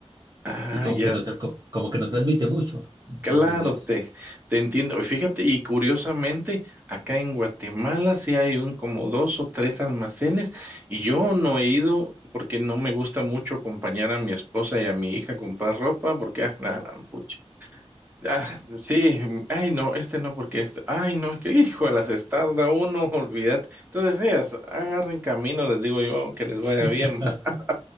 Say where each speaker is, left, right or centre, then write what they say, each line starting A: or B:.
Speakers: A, on the right; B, on the right.
A: ah,
B: sí, como
A: ya
B: que no, tra- co- como que no transmite mucho. Entonces
A: Claro,
B: eso.
A: te, te entiendo. Y Fíjate, y curiosamente, acá en Guatemala sí hay un como dos o tres almacenes y yo no he ido porque no me gusta mucho acompañar a mi esposa y a mi hija a comprar ropa porque, ah, la gran pucha. Ah, sí, mm, ay no, este no porque este, ay no, es que hijo, las estarda uno, <laughs> olvídate. Entonces ellas agarren camino, les digo yo, que les vaya
B: <laughs>
A: bien. <laughs>